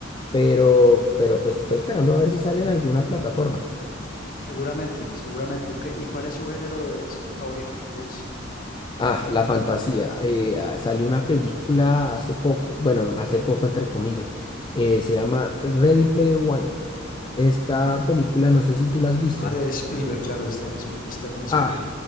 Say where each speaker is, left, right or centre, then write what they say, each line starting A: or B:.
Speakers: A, on the left (about 25°); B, on the left (about 45°).
A: Pero, pero pues estoy esperando a ver si sale en alguna plataforma.
B: Seguramente, seguramente. ¿Y, qué- y cuál es su género de cine favorito? ¿Cuál es
A: Ah, la fantasía.
B: preferido?
A: Eh, ah, salió una película hace poco, bueno, no, hace poco entre comillas, eh, se llama Ready Player One. Esta película, no sé si tú la has visto.
B: Ah, de Spielberg, claro, de Steven Spiel- de Stephen Spielberg.
A: Ah,